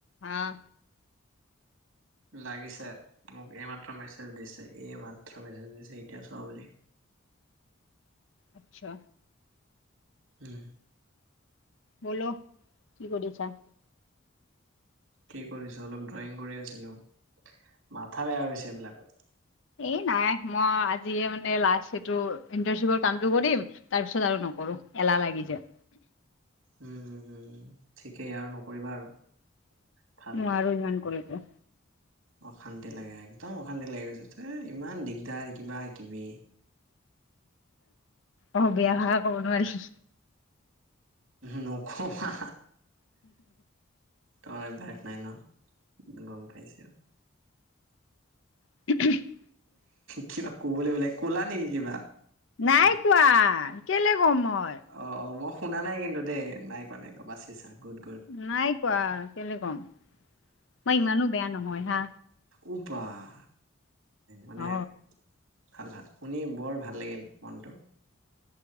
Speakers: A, on the left (about 65°); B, on the right (about 70°).
A: আহ
B: লাগিছে মোক এইমাত্ৰ মেছেজ দিছে এই মাত্ৰ মেছেজ দিছে এতিয়া চোৱা বুলি।
A: আচ্ছা
B: উম
A: বলো কি কৰিছা?
B: কি কৰিছো অলপ ড্ৰয়িং কৰি আছিলো, মাথা বেয়া হৈ গৈছে এইবিলাকত।
A: এ নাই মই আজিয়ে মানে লাষ্ট এইটো ইণ্টাৰশ্বিপৰ কামটো কৰিম। তাৰপিছত আৰু নকৰো, এলাহ লাগি যায়।
B: উম' উম' ঠিকেই আৰু নকৰিবা আৰু। ফাল্টু
A: নোৱাৰোঁ ইমান কৰিব।
B: অশান্তি লাগে একদম অশান্তি লাগি গৈছে, থে ইমান দিগদাৰ কিবা কিবি।
A: অ বেয়া ভাষা কব নোৱাৰি।
B: নকবা। তোমাৰ অভ্যাস নাই ন, গম পাইছো।
A: <unintelligible>
B: কিবা ক'বলে উলাই, ক'লা নেকি কিবা?
A: নাইকোৱা কেলে কম মই।
B: অ' অ' মই শুনা নাই কিন্তু দেই, নাই কোৱা নাই কোৱা বাছ চাং ঘৰত।
A: নাই কোৱা কেলে ক'ম, মই ইমানো বেয়া নহয় হা।
B: উ বাহ মানে
A: অ
B: ভাল, ভাল শুনি বৰ ভাল লাগিল মনটো।